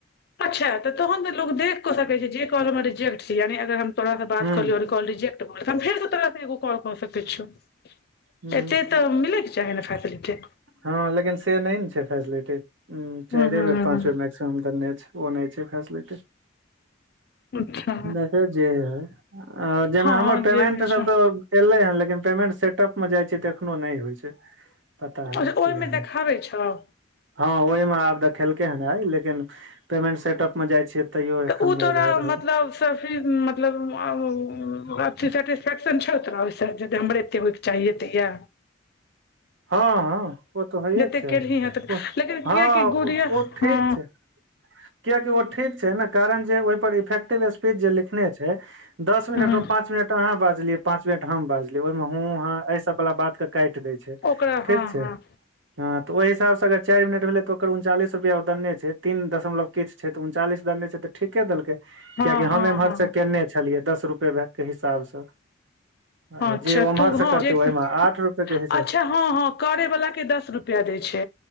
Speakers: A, on the left; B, on the right.
A: अच्छा तऽ तहन त लोग देख कऽ सकैत छैय जे काॅल हमर रिजेक्टस या ने यानि अगर हम तोराँ बात
B: हुँ
A: क कॉल रिजेक्ट कर फेर सऽ तोरा सऽ एगो कॉल कऽ सकै छीयौ।
B: हुँ
A: एते तऽ मिलैक चाही नऽ फैसिलिटी।
B: हँ लेकिन से नहि ने छैय फेसिलिटी चारिए
A: हूँ हूँ
B: बेर पाँच मै सब दने छैय ओ नहि छैय फैसिलिटी
A: अच्छा
B: देख जे हई। आ जेना
A: हँ
B: हमर पेमेंट
A: जे भी छौ
B: सब तऽ एले हन लेकिन पेमेंट सेटप मे जाइ छै त एखनो नहि होइ छै पता नहि
A: अच्छा ओय
B: किया
A: मे
B: नहि
A: देखाबै छौ
B: हँ ओय मे आब देखेलकै हन लेकिन पेमेंट सेटप ओय मे जाइ छियै तैयो
A: तऽ
B: एखन
A: ओ
B: नहि
A: तोरा
B: भै रहल
A: मतलब फिर मतलब आ अथी सेटिस्फेक्शन छौ तोरा ओय से जदी हमर अते होय के चाही येते ये
B: हँ हँ ओ त होये
A: जतेक
B: के चाही
A: केलही हेँ तऽ लेकिन
B: हँ
A: किएकि
B: ओ
A: गुड़िया
B: ठीक
A: हँ
B: छैय कियाकि ओ ठीक छै न कारण जे ओय पर इफेक्टिव स्पीच जे लिखने छै दस मिनट
A: हँ
B: में पांच मिनट अहाँ बाजलियै पांच मिनट हम बाजलियै ओय मे हूँ हा ऐ सब बला बात के काटि दैय छै
A: ओकरा हँ
B: ठीक छै
A: हँ
B: हँ त ओहि हिसाब से अगर चारि मिनट भेलै त ओकर उनचालीस रुपआ ओ देने छैय तीन दशमलव किछ छैय त उनचालीस देने छैय त ठीके देलके
A: हँ
B: किआकि हम
A: हँ
B: एम्हर
A: हँ
B: से केने छै छलियै दस रुपए भ के हिसाब स
A: हँ
B: आ
A: अच्छा
B: जे उम्हर
A: तू हँ
B: से करते
A: जे
B: ओय मे आठ रुपए के हिसाब
A: अच्छा हँ हँ करे वला के दश रुपआ देय छै